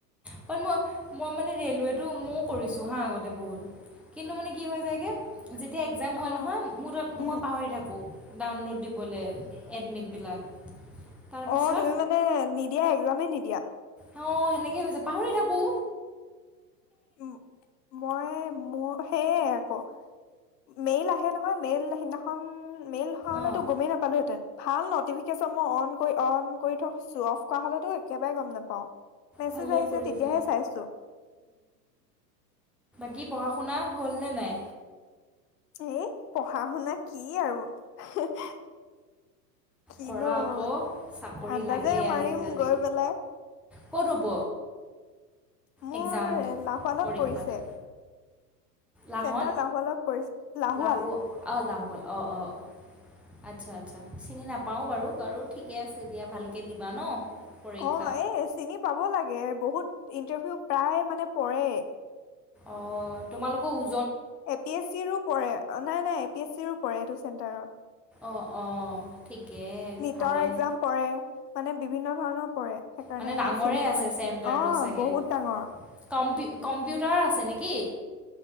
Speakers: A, in the centre; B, on the left (about 70°).
A: বাত ম‌ই, মই মানে ৰেলৱেটো মই কৰিছো হা আগতে বহুত। কিন্তু মানে কি হৈ যায়গে, যেতিয়া এক্জাম হয়
B: অ
A: নহয়, মোৰ ত
B: উম
A: মই পাহৰি থাকোঁ। ডাউনলোড দিবলে, এডমিটবিলাক। তাৰপিছত
B: অ তুমি মানে নিদিয়াই? ৰমেই নিদিয়া?
A: অ সেনেকে হৈছে যায়, পাহৰি থাকো।
B: উম, মইয়ে মোৰ, সেইয়ে আকৌ। মেইল আহে নহয় মেইল সিদিনাখন, মেইল নহা হলেতো
A: অ'
B: গমেই নাপালোহেঁতেন। ভাল নটিফিকেশচন মই অন কৰি অন কৰি থকছো, অফ কৰা হলেতো একেবাৰে গম নাপাওঁ। মেছেজ
A: ভালেই
B: আহিছে
A: কৰিছা।
B: তেতিয়াহে চাইছোঁ।
A: কি পঢ়া-শুনা হ'লনে নাই?
B: এই, পঢ়া-শুনা কি আৰু। হেঃহে, কিনো
A: কৰা আকৌ
B: হত
A: চাকৰি
B: আন্দাজে
A: লাগেই
B: মাৰিম
A: আজিকালি
B: গৈ পেলাই।
A: ক'ত হ'ব?
B: মোৰ
A: এক্সামটো
B: এ লাহোৱালত
A: পৰীক্ষাটো
B: পৰিছে।
A: লাহন,
B: চেণ্টাৰ লাহোৱালত পৰিছে লাহোৱাল
A: লাহো অ লাহোৱাল। অঁ অঁ, আচ্ছা আচ্ছা, চিনি নাপাওঁ বাৰু। বাৰু ঠিকে আছে দিয়া ভালকে দিবা ন! পৰীক্ষা
B: অ এ চিনি পাব লাগে বহুত ইন্টাৰভিউ প্ৰায় মানে পৰে
A: অ তোমালোকৰ ও
B: এ পি এছ চি ৰো পৰে নাই নাই এ পি এছ চি ৰ পৰে এইটো চেণ্টাৰত
A: অ অ ঠিকেই
B: নীটৰ
A: ভালে
B: এক্জাম
A: ন
B: পৰে। মানে বিভিন্ন ধৰণৰ পৰে সেইকাৰণে
A: মানে ডাঙৰে
B: চিনি
A: আছে
B: পাবা নেকি
A: চেণ্টাৰটো
B: বুলি অ
A: চাগে
B: বহুত ডাঙৰ
A: কম্পিউ কম্পিউটাৰ আছে নেকি